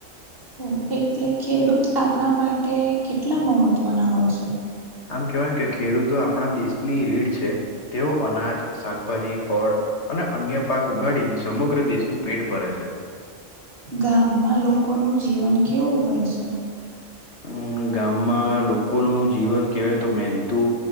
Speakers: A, on the right; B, on the left.
A: હો. એટલે ખેડૂત આપણા માટે કેટલા મહત્વના ઓય સે.
B: આમ કેવાય કે, ખેડૂતો આપડણા દેશની રીડ છે. તેઓ અનાજ, સાકભાજી, ફળ અને અન્ય પાક ઉગાડીને સમગ્ર દેશનું પેટ ભરે છે.
A: ગામમાં લોકો નું જીવન કેવું હોય શે?
B: અમ્મ, ગામમાં લોકોનું જીવન કેવાય તો મેનતું,